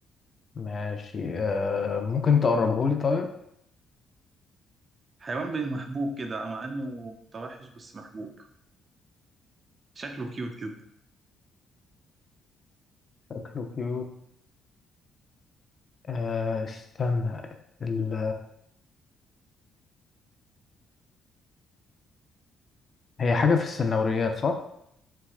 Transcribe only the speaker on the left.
ماشي آه ممكن تقربه لي طيب
شكله كيوت آه استنى ال... هي حاجة في السنوريات صح